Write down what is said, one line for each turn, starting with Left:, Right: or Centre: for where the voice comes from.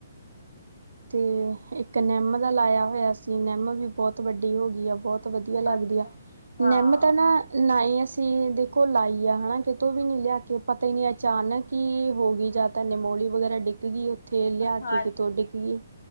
Right: ਤੇ ਇੱਕ ਨਿੰਮ ਦਾ ਲਾਇਆ ਹੋਇਆ ਸੀ, ਨਿੰਮ ਵੀ ਬੋਤ ਵੱਡੀ ਹੋ ਗੀ ਆ ਬੋਤ। ਵਧੀਆ ਲੱਗਦੀ
Left: ਅੱਛਾ
Right: ਆ,
Left: ਹਾਂ
Right: ਨਿੰਮ ਤੇ ਨਾ ਨਾਈ ਅਸੀ ਦੇਖੋ ਲਾਈ ਆ ਹਣਾ, ਕਿਤੋਂ ਵੀ ਨੀਂ ਲਿਆ ਕੇ ਪਤਾ ਈ ਨੀਂ ਅਚਾਨਕ ਹੀ ਹੋ ਗੀ ਜਾਂ ਤਾਂ ਨਿਮੋਲੀ ਵਗੈਰਾ ਡਿੱਗ ਗੀ ਉ ਉੱਥੇ ਲਿਆ
Left: ਹਾਂਜੀ
Right: ਕੇ ਕਿਤੋਂ ਡਿੱਗ ਗੀ,